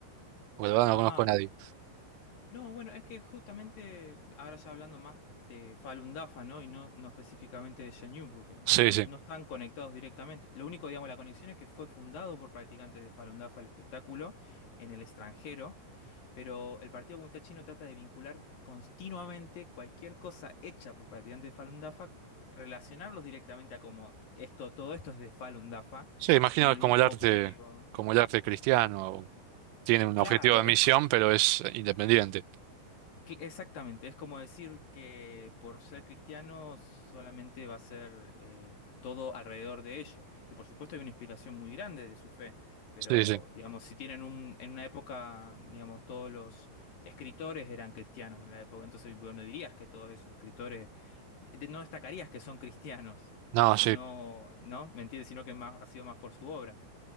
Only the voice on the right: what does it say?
Porque la verdad
no conozco a nadie.
Sí,
sí.
Sí, imagino
que
es como
el arte,
como el arte cristiano, o tiene
un
objetivo de misión,
pero es independiente.
Sí, sí.
No,
sí.